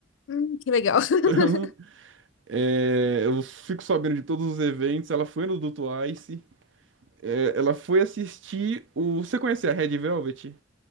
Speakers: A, on the left (about 75°); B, on the right (about 70°).
A: Hum, que legal. <laughs>
B: <laughs> Então, é, eu fico sabendo de todos os eventos. Ela foi no do Twice. É, Ela foi assistir o. Você conhece a Red Velvet?